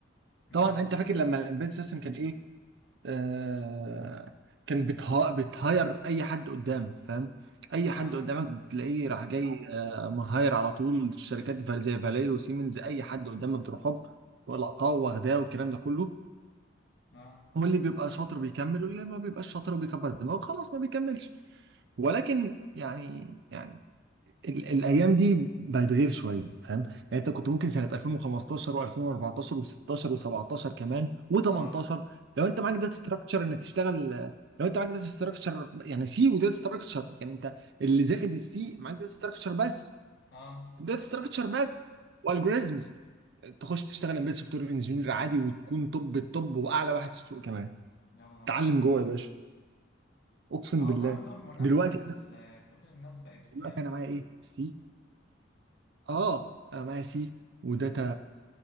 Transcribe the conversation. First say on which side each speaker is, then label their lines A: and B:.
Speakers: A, on the left; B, on the right.
A: اه
B: طبعا انت فاكر لما الامبيدد سيستم كان ايه آه كان بتها... بتهاير اي حد قدامك فاهم اي
A: اه
B: حد قدامك بتلاقيه راح جاي آه مهاير على طول الشركات فال- زي فالي وسيمنز اي حد قدامك بتروح هوب ولقطاه واخداه والكلام ده كله
A: اه
B: هو اللي بيبقى شاطر بيكمل واللي ما بيبقاش شاطر وبيكبر دماغه خلاص ما بيكملش ولكن يعني يعني ال- الايام دي بقت غير شويه فاهم يعني انت كنت ممكن سنه 2015 و2014 و16 و17 كمان و18
A: اه
B: لو انت معاك داتا ستراكشر انك تشتغل لو انت معاك داتا ستراكشر يعني سي وداتا ستراكشر يعني انت اللي زائد السي معاك داتا ستراكشر بس
A: اه آه.
B: داتا ستراكشر بس والجوريزمز تخش تشتغل امبيد سوفت وير انجينير عادي وتكون توب التوب واعلى واحد في السوق كمان
A: يا نهار
B: تعلم
A: ابيض
B: جوه يا باشا اقسم
A: اه
B: بالله
A: برضه المنافسة
B: دلوقتي
A: اللي كل الناس بقت فيها
B: دلوقتي
A: فاهم
B: انا معايا ايه؟ سي اه انا معايا سي وداتا